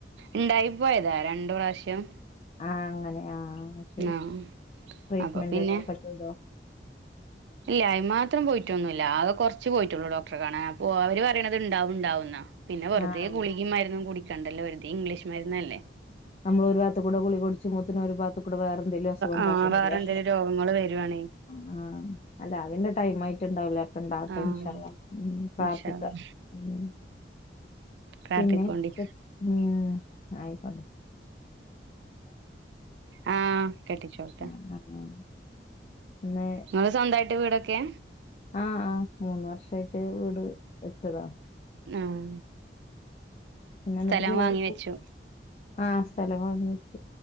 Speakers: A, on the right; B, on the left.
A: ഇണ്ടായിപ്പോയതാ രണ്ട് പ്രാശ്യം
B: ആഹ് അങ്ങനെ ആഹ് ശരി
A: ആഹ്
B: ട്രീറ്റ്മെന്റുകളൊക്കെ
A: അപ്പൊ പിന്നെ
B: ചെയ്തോ
A: ഇല്ല അയ്മാത്രം പോയിട്ടൊന്നൂല്ല ആകെ കൊറച്ച് പോയിട്ടുള്ളൂ ഡോക്ടറെ കാണാൻ ഓഹ് അവര് പറയണത് ഇണ്ടാവു ഇണ്ടാവുന്നാ പിന്നെ വെറുതെ
B: ആഹ്
A: ഗുളികേം മരുന്നും കുടിക്ക കണ്ടല്ല ഒരുതി ഇംഗ്ലീഷ്മരുന്നല്ലേ
B: നമ്മൾ ഒരു ഭാത്തുകൂടെ ഗുളികകുടിച്ചു ഒരുഭാഗത്തുകൂടെ വേറെ എന്തേലും അസുഖൊണ്ടാക്കണ്ടല്ലെ
A: ആഹ് വേറെ എന്തേലും രോഗങ്ങള് വരുവാണേ
B: ആഹ് അല്ല അതിന്റെ ടൈം ആയിട്ടിണ്ടാവല്ലെ ഇണ്ടാവട്ടെ
A: ആഹ്
B: ഇൻഷാള്ള ഉം പ്രാർഥിക്ക
A: ഇൻഷാ അള്ളാ
B: ഉം
A: പ്രാർത്ഥിക്കോണ്ടി
B: പിന്നെ ഉം ആയിക്കോണ്ട
A: ആഹ് ആകെട്ടിച്ചോടത്ത
B: ആഹ് ആഹ് ഇന്ന്
A: ഇങ്ങള് സ്വന്തായിട്ട് വീടൊക്കെയ
B: ആഹ് ആഹ് മൂന്ന് വർഷായിട്ട് വീട് വച്ചതാ
A: ആഹ്
B: പിന്നെന്നിട്ട്
A: സ്ഥലം
B: ജോ
A: വാങ്ങി
B: <unintelligible>
A: വെച്ചു
B: ആഹ് സ്ഥലം വാങ്ങിവെച്ച്